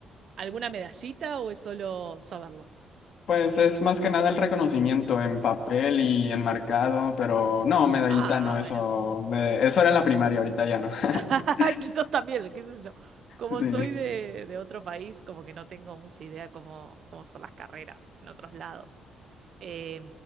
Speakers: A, on the right; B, on the left.
A: alguna medallita o es solo saberlo?
B: Pues es más que nada el reconocimiento en
A: El re-
B: papel y enmarcado, pero no, medallita
A: Ah,
B: no, eso,
A: bueno.
B: me- eso era en la primaria, ahorita ya no. <laughs>
A: <laughs> Quizás también, qué sé yo. Como
B: Sí.
A: soy de, de otro país, como que no tengo mucha idea cómo, cómo son las carreras en otros lados. Eh,